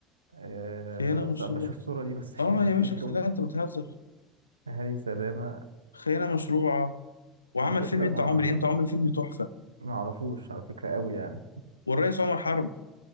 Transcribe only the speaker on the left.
خيانه
مشروعه
اه
يا باشا خدعت انت بتهزر
خيانه مشروعه وعمل
فيلم انت
عمري انت عمري فيلم تحفه
والرئيس عمر حرب